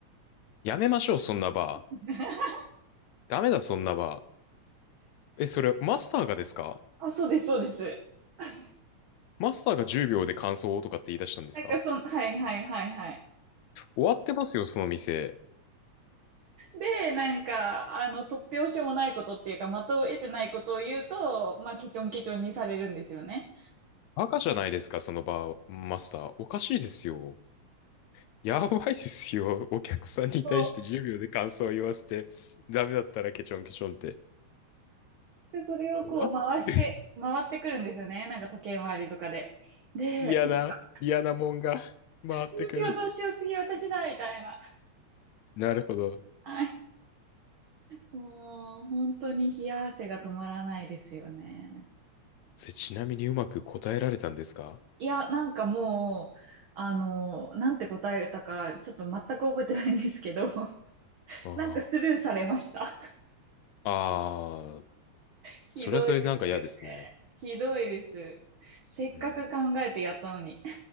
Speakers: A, on the left (about 80°); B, on the right (about 55°).
A: やめましょう、そんなバー。
B: <laughs>
A: ダメだ、そんなバー。え、それマスターがですか
B: あ、そうです、そうです。<laughs>
A: マスターが10秒で感想をとかって言い出したんですか
B: なんかそん、はいはいはいはい。
A: 終わってますよ、その店。
B: で、なんか、あの、突拍子もないことっていうか、的を得てないことを言うと、まあ、ケチョンケチョンにされるんですよね。
A: 赤じゃないですか、そのバーマスター。おかしいですよ。やばいですよ。お客さんに対して10秒で感想を言わせて、
B: そ
A: ダメだったらケチョンケチョンって。
B: う。で、それをこう回して、
A: 終わってる。
B: 回ってくるんですよね。なんか時計回りとかで。で、
A: 嫌な、
B: なんか
A: 嫌なもんが回ってくる。
B: どうしようどうしよう、次私だ、みたいな。
A: なるほど。
B: はい。もう、本当に冷や汗が止まらないですよね。
A: それちなみにうまく答えられたんですか
B: いや、なんかもう、あの、なんて答えたか、ちょっと全く覚えてないんですけど、<laughs>
A: あ
B: なんかスルーされました。
A: あ。ああ、
B: ひどいですよね。
A: それはそれでなんか嫌ですね。
B: ひどいです。せっかく考えてやったのに。
A: うん。